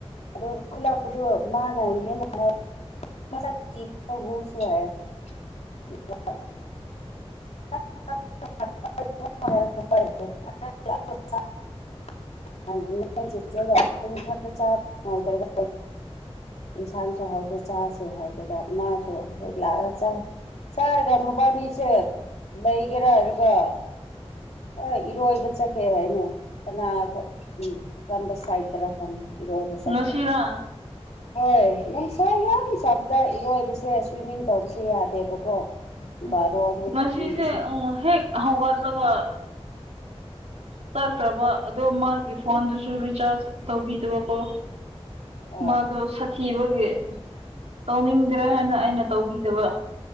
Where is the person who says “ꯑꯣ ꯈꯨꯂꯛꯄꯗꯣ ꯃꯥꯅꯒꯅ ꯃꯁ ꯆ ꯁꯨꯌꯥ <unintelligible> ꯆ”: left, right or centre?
Left